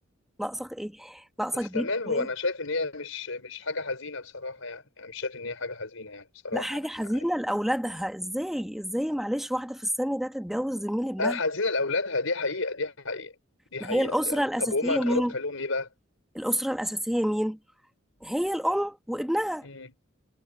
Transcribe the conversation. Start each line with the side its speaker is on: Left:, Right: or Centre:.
Centre: ناقصك ايه ناقصك
Left: بس
Centre: بيت
Left: تمام هو
Centre: كويس
Left: انا شايف ان هي مش مش حاجه حزينه بصراحه يعني انا مش شايف ان هي حاجه حزينه يعني بصراحه
Centre: لا حاجة
Left: يعني
Centre: حزينة
Left: عادي.
Centre: لأولادها ازاي ازاي معلش واحدة في السن ده تتجوز زميل ابنها
Left: أه حزينه لاولادها دي حقيقه دي حقيقه دي
Centre: ما
Left: حقيقه
Centre: هي الأسرة
Left: فعلا
Centre: الأساسية
Left: طب وهما كانوا
Centre: مين
Left: رد فعلهم ايه بقى
Centre: الأسرة الأساسية مين هي الأم وابنها
Left: امم